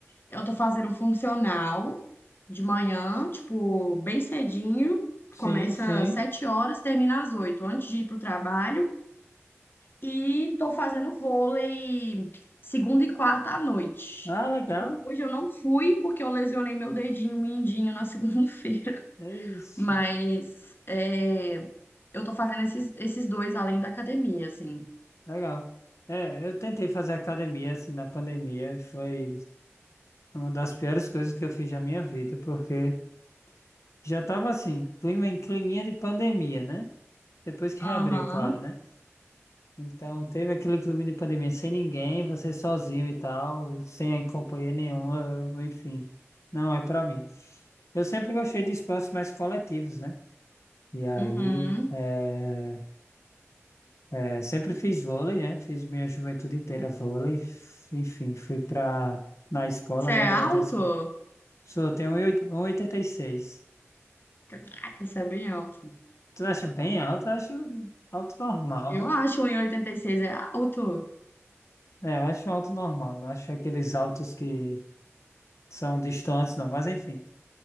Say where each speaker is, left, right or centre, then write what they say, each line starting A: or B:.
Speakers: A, on the left; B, on the left.
A: Eu tô fazendo funcional de manhã, tipo, bem cedinho.
B: Sim,
A: Começa
B: sim.
A: às 7 horas, termina às 8 antes de ir pro trabalho. E tô fazendo vôlei segunda e quarta à noite.
B: Ah, legal.
A: Tipo, hoje eu não fui porque eu lesionei meu dedinho mindinho na <laughs> segunda-feira.
B: É isso.
A: Mas é, eu tô fazendo esses, esses dois além da academia, assim.
B: Legal. É, eu tentei fazer academia assim na pandemia e foi uma das piores coisas que eu fiz na minha vida, porque já tava assim, clima em climinha de pandemia, né? Depois que
A: Aham.
B: reabriu, claro, né? Então teve aquele clima de pandemia sem ninguém, você sozinho e tal, e sem companhia nenhuma, eu- enfim. Não é pra mim. Eu sempre gostei de espaços mais coletivos, né? E aí,
A: Uhum.
B: eh, É, sempre fiz vôlei, né? Fiz minha juventude inteira vôlei. Enfim, fui pra, na escola,
A: Você
B: né?
A: é
B: Durante
A: alto?
B: a escola. Sou, eu tenho um e oito- um e oitenta e seis
A: Caraca, você é bem alto.
B: Tu acha bem alto? Eu acho alto normal,
A: Eu
B: né?
A: acho um e oitenta e seis é alto.
B: É, eu acho um alto normal. Não acho aqueles altos que são distantes, não. Mas enfim.